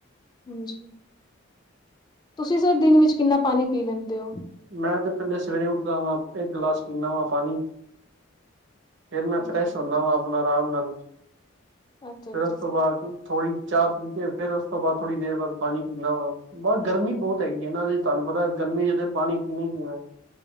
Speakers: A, on the left; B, on the right.
A: ਹਾਂਜੀ, ਤੁਸੀਂ ਸਰ ਦਿਨ ਵਿੱਚ ਕਿੰਨਾ ਪਾਣੀ ਪੀ ਲੈਂਦੇ ਓ?
B: ਮੈਂ ਤੇ ਪੇਲੇ ਸਵੇਰੇ ਉੱਠਦਾ ਵਾਂ ਇੱਕ ਗਿਲਾਸ ਪੀਂਣਾਂ ਵਾਂ ਪਾਣੀ। ਫਿਰ ਮੈਂ
A: ਅੱਛਾ-ਅੱਛਾ,
B: ਫਰੈਸ਼ ਹੁੰਣਾ ਵਾਂ ਆਪਣਾ ਰਾਮ ਨਾਲ,
A: ਅੱਛਾ-ਅੱਛਾ
B: ਫਿਰ ਉਸ
A: ਸਰ
B: ਤੋਂ ਬਾਅਦ ਥੋੜ੍ਹੀ ਚਾਹ ਪੀ ਕੇ ਫੇਰ ਉਸ ਤੋਂ ਬਾਅਦ ਥੋੜੀ ਦੇਰ ਬਾਅਦ ਪਾਣੀ ਪੀਣਾ ਵਾ। ਬਸ ਗਰਮੀ ਬੋਤ ਹੈਗੀ ਐ ਨਾਲੇ ਤਾਨੂੰ ਪਤਾ ਗਰਮੀ ਚ ਤੇ ਪਾਣੀ ਪੀਣਾ ਈ ਪੀਣਾ।